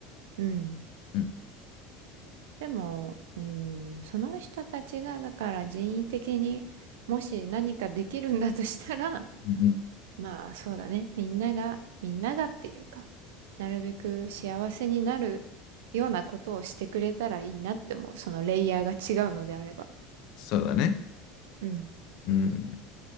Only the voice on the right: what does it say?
うん。
でも、うん、その人たちが、だから人為的にもし何かできるんだとしたら、
まあそうだね。みんなが、みんながっていうか、なるべく幸せになるようなことをしてくれたらいいなって思う。そのレイヤーが違うのであれば。
うん。っ